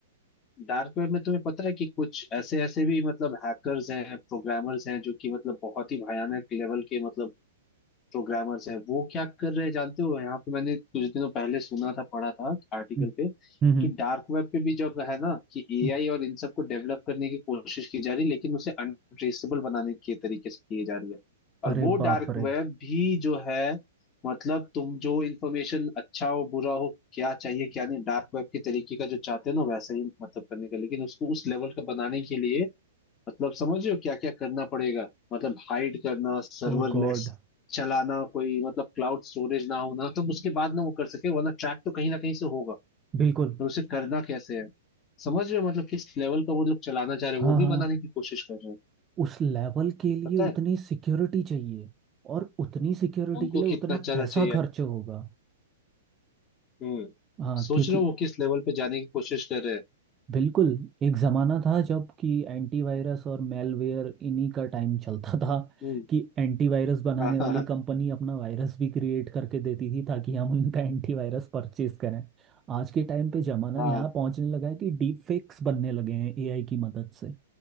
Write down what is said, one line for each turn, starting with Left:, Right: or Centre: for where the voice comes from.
Left: डार्क वेब में तुम्हें पता है कि कुछ ऐसे ऐसे भी मतलब हैकर्स हैं प्रोग्रामर्स हैं जो कि मतलब बहुत ही भयानक लेवल के मतलब प्रोग्रामर्स हैं वो क्या कर रहे हैं जानते हो यहाँ पे मैंने कुछ दिनों पहले सुना था पढ़ा था आर्टिकल
Right: हम्म
Left: पे
Right: हम्म,
Left: कि डार्क वेब पे भी जब है ना कि एआई
Right: हम्म।
Left: और इन सबको डेवलप करने की कोशिश की जा रही है लेकिन उसे अनट्रेसेबल बनाने के तरीके से किए जा रही है और
Right: अरे
Left: वो
Right: बाप
Left: डार्क
Right: रे
Left: वेब भी जो है मतलब तुम जो इन्फॉर्मेशन अच्छा हो बुरा हो क्या चाहिए क्या नहीं डार्क वेब के तरीके का जो चाहते हैं ना वैसा ही मतलब करने का लेकिन उसको उस लेवल का बनाने के लिए मतलब समझ रहे हो क्या क्या करना पड़ेगा मतलब हाइड करना सर्वरलेस
Right: ओ गॉड
Left: चलाना कोई मतलब क्लाउड स्टोरेज ना होना तब उसके बाद ना वो कर सके वरना ट्रैक तो कहीं ना कहीं से होगा
Right: बिल्कुल
Left: पर उसे करना कैसे है समझ रहे हो मतलब किस लेवल का वो लोग चलाना चाह रहे हैं
Right: हाँ
Left: वो भी
Right: हाँ
Left: बनाने की कोशिश कर रहे हैं
Right: उस लेवल के लिए
Left: पता
Right: उतनी
Left: है
Right: सिक्योरिटी चाहिए और उतनी सिक्योरिटी
Left: उनको
Right: के लिए उतना
Left: कितना ज्यादा
Right: पैसा
Left: चाहिए
Right: खर्च होगा
Left: हम्म
Right: हाँ
Left: सोच
Right: क्योंकि
Left: रहे हो वो किस लेवल पे जाने की कोशिश कर रहे हैं
Right: बिल्कुल एक ज़माना था जब कि एंटीवायरस और मेलवेयर इन्हीं का टाइम चलता था
Left: हम्म
Right: कि एंटीवायरस बनाने
Left: हाँ हाँ
Right: वाली कंपनी अपना वायरस भी क्रिएट करके देती थी ताकि हम उनका एंटीवायरस परचेज करें आज के टाइम पे ज़माना
Left: हाँ
Right: यहाँ पहुँचने लगा है कि डीप फेक्स बनने लगे हैं एआई की मदद से